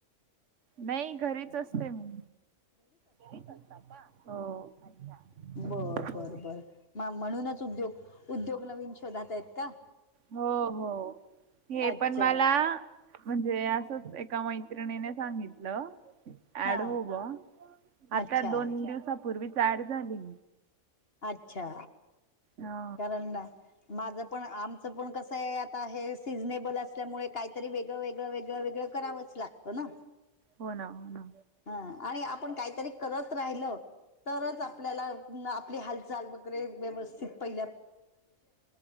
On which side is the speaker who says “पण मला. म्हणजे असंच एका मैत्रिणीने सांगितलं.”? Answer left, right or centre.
Right